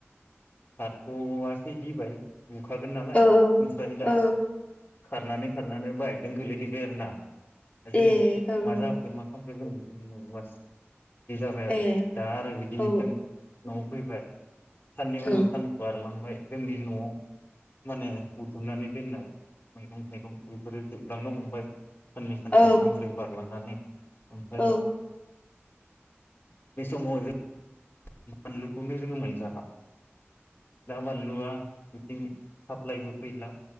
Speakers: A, on the left; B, on the left.
A: थाथ'बा गिबाय बुखागोन नालाय
B: औ
A: ओमफ्राय दा
B: औ
A: खारनानै खारनानै बाइकजों गोलैहैबाय आरोना जोंङो
B: ए ओं
A: मा
B: ओं
A: जाखो मा खालाम खौ जों बेखौनो नुबोआसै बिदि जाबाय आरो
B: ए
A: दा आरो बिदिनो
B: औ
A: जों न फैबाय साननि
B: औ
A: उनाव सान बारलांबाय जोंनि नआव माने बुथुमनानै दोननाय मैगं थाइगं बेफोरो जोबलांनो हमबाय साननै सानथाम
B: औ
A: सामब्रै बारलांनानै ओमफ्राय
B: औ
A: बे समाव जों बानलुखौनो जोंङो मोनजाला दा बानलुआ साप्लायबो फैला